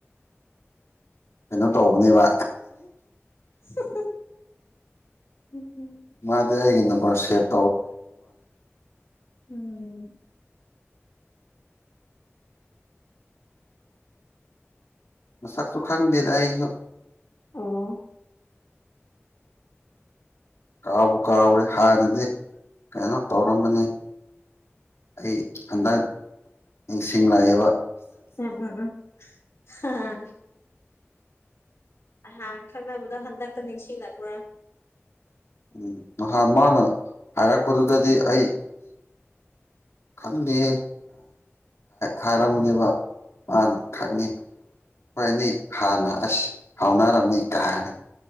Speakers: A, on the left; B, on the left.
A: ꯀꯩꯅꯣ ꯇꯧꯕꯅꯦꯕ
B: <unintelligible> ꯎꯝ ꯎꯝ
A: ꯃꯥ ꯗꯤ ꯑꯩꯒꯤ ꯅꯝꯕꯔ ꯁꯦꯚ
B: ꯎꯝ
A: ꯃꯁꯛꯁꯨ ꯈꯪꯗꯦꯗ ꯑꯩꯁꯨ
B: ꯑꯣ
A: ꯀꯥꯎꯕꯨ ꯀꯥꯎꯔꯦ ꯍꯥꯟꯅꯗꯤ ꯀꯩꯅꯣ ꯇꯧꯔꯝꯕꯅꯤ ꯑꯩ ꯍꯟꯗꯛ ꯅꯤꯡꯁꯤꯡꯂꯛꯑꯦꯕ
B: ꯎꯝ ꯎꯝ ꯎꯝ ꯑꯍꯥꯟ ꯈꯪꯅꯕꯗꯣ ꯍꯟꯗꯛꯇ ꯅꯤꯡꯁꯤꯡꯂꯛꯄ꯭ꯔꯥ
A: ꯎꯝ ꯅꯍꯥꯟ ꯃꯥꯅ ꯍꯥꯏꯔꯛꯄꯗꯨꯗꯗꯤ ꯑꯩ ꯈꯪꯗꯤꯌꯦ ꯍꯥꯏꯔꯝꯃꯅꯤꯕ ꯃꯥ ꯈꯪꯉꯤ ꯍꯣꯏꯅꯤ ꯍꯥꯟꯅ ꯑꯁ ꯍꯥꯎꯅꯔꯝꯃꯤ ꯀꯥꯏ